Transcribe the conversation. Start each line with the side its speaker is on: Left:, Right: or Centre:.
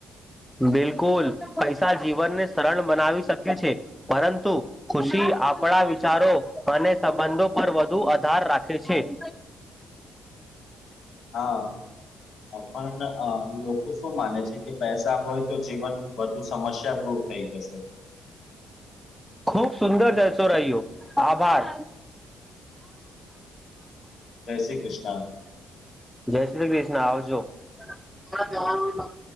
Centre: બિલકુલ પૈસા જીવનને સરળ બનાવી શકે છે પરંતુ ખુશી આપણા વિચારો અને સંબંધો પર વધુ આધાર રાખે છે <inaudible>
Left: હા અ, પણ અ લોકો શું માને છે કે પૈસા હોય તો જીવનનુંું બધું સમસ્યા દૂર થઈ જશે
Centre: ખુબ સુંદર જાય છો રહહીય્યો આભાર
Left: જય શ્રી કૃષ્ણ
Centre: જય શ્રી કૃષ્ણ આવજો જવાનું